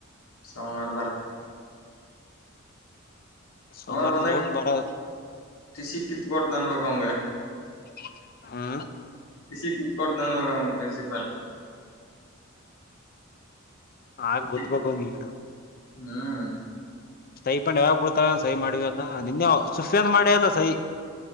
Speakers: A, on the left; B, on the left.
A: ಸೋಮವಾರ
B: ಸೋಮವಾರ
A: ಸುಮಾರು ಬಂದಕ್
B: ಡೌಟ್ ಬರೋದು
A: ಟಿಸಿ ಕಿತ್ ಕೊಡ್ತನ್ಬೇಕ ಅವಂಗ <inaudible>
B: <inaudible>
A: <inaudible>
B: ಆಗ
A: ಟಿಸಿ
B: ಗೊದಬೇಕು
A: ಕಿತ್
B: ನೀಗಡು <unintelligible> <unintelligible> <unintelligible>
A: ಹ್ಮ್
B: <inaudible>